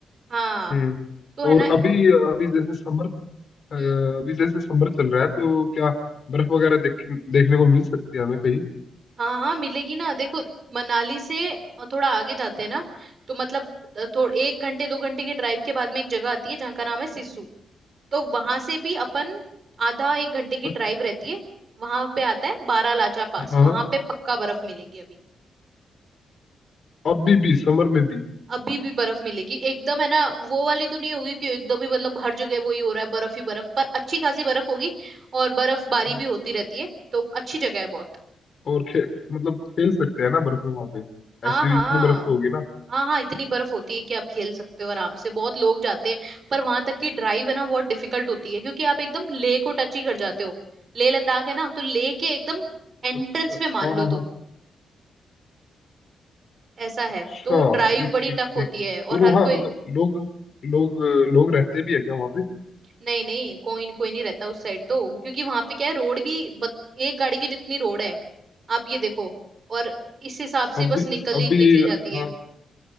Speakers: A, on the right (about 40°); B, on the left (about 45°).
A: हाँ
B: हम्म
A: तो है
B: और
A: ना
B: अभी अभी जैसे समर अ,
A: हम्म
B: अभी जैसे समर चल रहा है तो क्या बर्फ वगैरह देख देखने को मिल सकती है हमें कहीं
A: हाँ हाँ मिलेगी ना देखो मनाली से थोड़ा आगे जाते हैं ना तो मतलब थोड़ा एक घंटे दो घंटे के ड्राइव के बाद में एक जगह आती है जहाँ का नाम है सिस्सू तो वहां से भी अपन आधा एक घंटे की
B: अच्छा,
A: ड्राइव रहती है वहां पे आता है बारालाचा पास
B: हाँ
A: वहां पे पक्का बर्फ मिलेगी अभी
B: अभी भी समर में भी
A: अभी भी बर्फ मिलेगी एकदम है ना वो वाली तो नहीं होगी कि एकदम ही मतलब हर जगह वही हो रहा है बर्फ ही बर्फ पर अच्छी खासी बर्फ होगी और बर्फबारी
B: हम्म,
A: भी होती रहती है तो अच्छी जगह है बहुत
B: और खे, मतलब खेल सकते हैं ना बर्फ में वहां पे
A: हाँ
B: ऐसी
A: हाँ
B: इतनी बर्फ तो होगी ना
A: हाँ हाँ इतनी बर्फ होती है कि आप खेल सकते हो आराम से बहुत लोग जाते हैं पर वहां तक की ड्राइव है ना बहुत डिफिकल्ट होती है क्योंकि आप एकदम लेह को टच ही कर जाते हो लेह लद्दाख है ना तो लेह के एकदम एंट्रेंस
B: अच्छा
A: पे मान
B: हाँ
A: लो
B: हाँ हाँ
A: तुम ऐसा
B: अच्छा
A: है तो ड्राइव
B: ठीक
A: बड़ी
B: ठीक
A: टफ
B: ठीक
A: होती है और
B: और वहाँ
A: हर कोई
B: मतलब लोग लोग लोग रहते भी है क्या वहाँ पे
A: नहीं नहीं कोई नहीं कोई नहीं रहता उस साइड तो क्योंकि वहां पे क्या है रोड भी बत, एक गाड़ी की जितनी रोड है आप ये देखो और इस हिसाब
B: अभी
A: से बस निकली
B: अभी
A: निकली जाती
B: हाँ
A: है